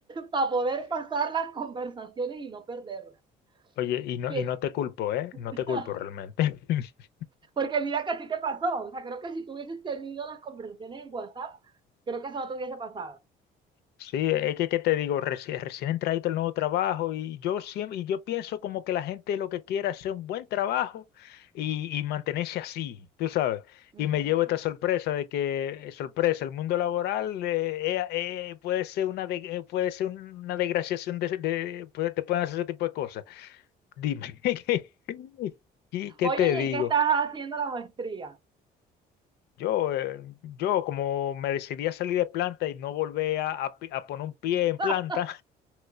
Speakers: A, on the right; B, on the left.
A: para <laughs> poder pasar las conversaciones y no perderlas.
B: Oye, y no,
A: Que,
B: y no te culpo,
A: <laughs>
B: ¿eh? No te culpo realmente. <laughs>
A: porque mira que así te pasó. O sea, creo que si tú hubieses tenido las conversaciones en WhatsApp, creo que eso no te hubiese pasado.
B: Sí, es que, ¿qué te digo? Recién, recién entradito el nuevo trabajo y yo siempre, y yo pienso como que la gente lo que quiere es hacer un buen trabajo y, y mantenerse así, tú sabes.
A: Ujú.
B: Y me llevo esta sorpresa de que, eh, sorpresa, el mundo laboral eh, eh, eh, puede ser una, de- eh, puede ser una desgraciación de, de- puede- te pueden hacer ese tipo de cosas. Dime, <laughs> ¿qué, qué- qué
A: Oye,
B: te
A: ¿y
B: digo?
A: en qué estás haciendo la maestría?
B: Yo, eh, yo como me decidí a salir de planta y no volver a, a pi- a poner un pie en
A: <laughs>
B: planta,